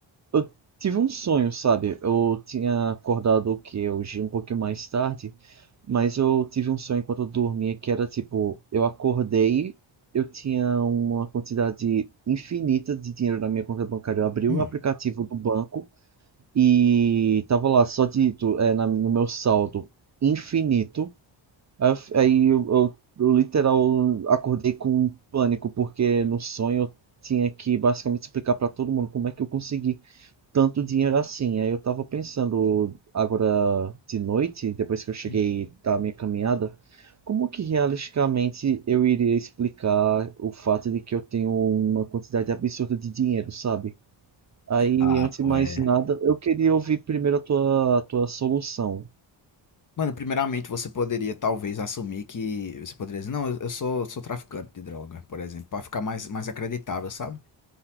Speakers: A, on the right; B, on the left.
A: Eu tive um sonho, sabe? Eu tinha acordado o quê? Hoje um pouquinho mais tarde, mas eu tive um sonho enquanto eu dormia que era tipo: eu acordei, eu tinha uma quantidade infinita de dinheiro na minha conta bancária. Eu abri
B: Hum,
A: o aplicativo do banco e tava lá só dito, é, na- no meu saldo infinito. Aí eu, fi- aí eu- eu- eu literal acordei com um pânico, porque no sonho eu tinha que basicamente explicar pra todo mundo como é que eu consegui tanto dinheiro assim. Aí eu tava pensando agora de noite, depois que eu cheguei
B: hum.
A: da minha caminhada, como que realisticamente eu iria explicar o fato de que eu tenho uma quantidade absurda de dinheiro, sabe? Aí,
B: Ah,
A: antes de
B: pô,
A: mais
B: é.
A: nada, eu queria ouvir primeiro a tua, a tua solução.
B: Mano, primeiramente você poderia talvez assumir que. Você poderia dizer, não, eu eu sou, sou traficante de droga, por exemplo, pra ficar mais, mais acreditável, sabe?